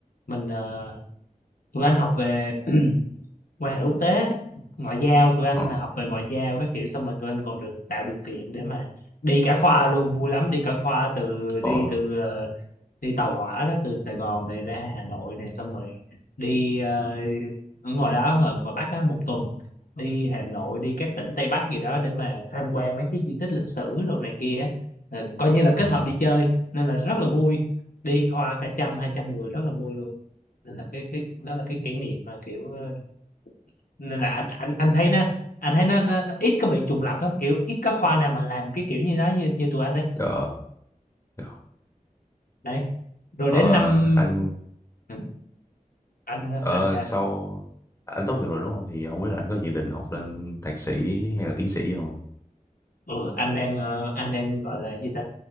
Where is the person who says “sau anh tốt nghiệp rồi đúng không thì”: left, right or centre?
Left